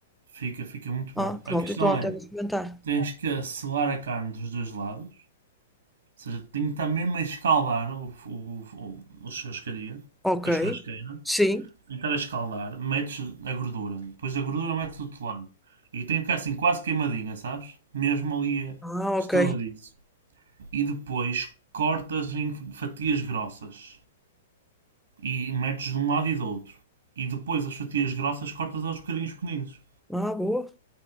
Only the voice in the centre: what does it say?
ah, pronto,
então até
vou experimentar.
Ok.
Sim.
Ah,
ok.
Ah, boa.